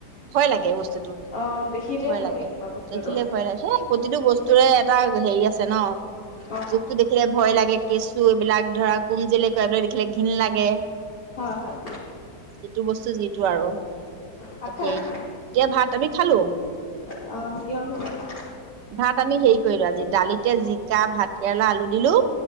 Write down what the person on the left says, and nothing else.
অ দেখিলে
কিবা বস্তুটো
অ
হয়- হয়।
ভাত
খালে নে নাই
অ', কিহৰ সৈতে খালে?